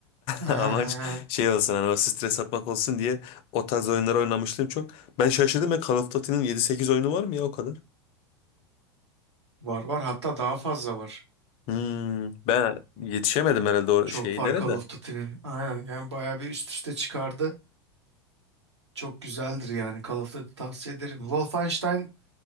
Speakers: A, on the right; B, on the left.
A: <laughs>
B: <laughs> Amaç şey olsun hani o stres atmak olsun diye o tarz oyunlar oynamışlığım çok. Ben şaşırdım ya Call of Duty'nin 7-8 oyunu var mı ya o kadar?
A: Var var hatta daha fazla var.
B: Hmm, ben yetişemedim herhalde o
A: Çok
B: şeylere
A: var Call
B: de.
A: of Duty'nin. Aynen yani bayağı bir üst üste çıkardı. Çok güzeldir yani Call of Duty tavsiye ederim. Wolfenstein